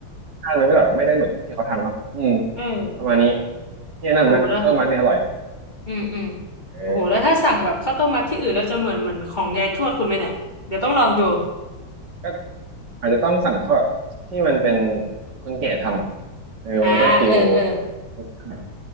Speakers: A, on the right (about 60°); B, on the left (about 20°).
A: ค้านมันก็แบบไม่ได้เหมือนของที่เขาทำเนาะอืม
B: อืม
A: ประมาณนี้ที่แนะนำนะข้าวต้มมัดเนี่ยอร่อย
B: โหแล้วอืมอืม
A: เอ
B: โอ้โหแล้วถ้าสั่งแบบข้าวต้มมัดที่อื่นแล้วจะเหมือนเหมือนของยายทวดคุณไหมเนี่ยเดี๋ยวต้องลองดู
A: อ อาจจะต้องสั่งเขาแบบที่มันเป็นคนแก่ทำอ่ะเออมันจะได้ฟิล
B: อ่าเออเออ
A: รสชาติ